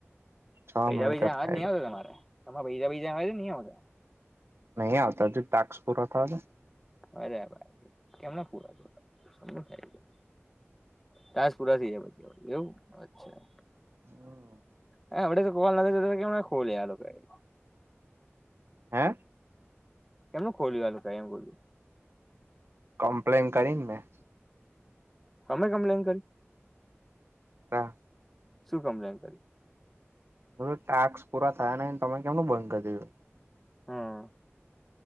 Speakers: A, on the right (about 60°); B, in the centre.
A: છ
B: પૈસાા
A: મિનિટ
B: બીજા
A: જ થાય
B: આવેક નહી
A: છે
B: આવતા? તમારે તમારે પૈસા બીજા આવજે નહીં આવતા.
A: નહીં આવતા જ, ટાસ્ક પૂરા તો.
B: અરે ભાઈ, કેમ ના પૂરા થયા? ટાસ્ક પુરા થઈ જાય, એવું અચ્છા.
A: હમ.
B: હ, હવડે તો કોલ નથી કેમ ખોલી યાર?
A: હે.
B: કેમનું ખોલ્યું? આ તો કાયમ ખો
A: કમપ્લેન કરીને મેં.
B: તમે કમ્પ્લેન કરી.
A: હા.
B: શું કમ્પ્લેન કરી?
A: બસ, ટાક્સ પૂરા થયા નહીં. તમે કેમનું બંધ કરી દીધું?
B: હા.